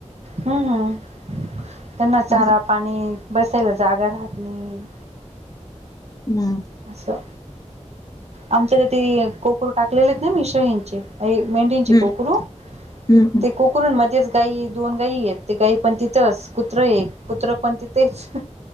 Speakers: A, on the right; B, on the left.
A: हम्म त्यांना चारा
B: असं
A: पाणी बसायला जागा राहत नाही
B: हम्म
A: असं आमच्या कोकर टाकलेले आहेत ना <inaudible> यांंचे मेंढीचे
B: हम्म
A: कोकरू
B: हम्म हम्म.
A: ते कोकरु कुरण मध्येच गाई दोन गायी आहेत ते गाई पण तिथंच कुत्र एक कुत्र पण तिथेच